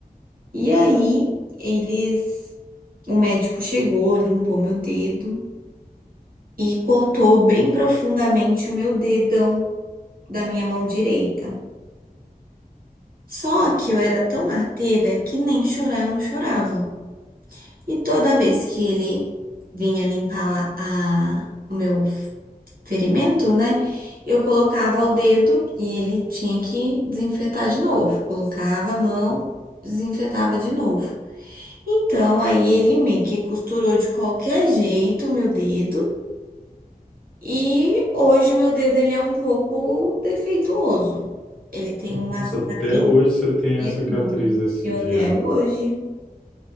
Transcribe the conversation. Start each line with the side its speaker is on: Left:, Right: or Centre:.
Right: E aí eles, o médico chegou, limpou meu dedo e cortou bem profundamente o meu dedão. da minha mão direita. Só que eu era tão arteira que nem chorar eu não chorava. E toda vez que ele vinha limpar a, o meu ferimento, né? Eu colocava o dedo e ele tinha que desinfetar de novo. Colocava a mão, desinfetava de novo. Então, aí ele meio que costurou de qualquer jeito o meu dedo. E hoje meu dedo ele é um pouco defeituoso. Ele tem uma
Centre: Nossa,
Right: cicatriz
Centre: até hoje você tem
Right: Enorme.
Centre: a cicatriz desse
Right: Eu
Centre: dia.
Right: até hoje.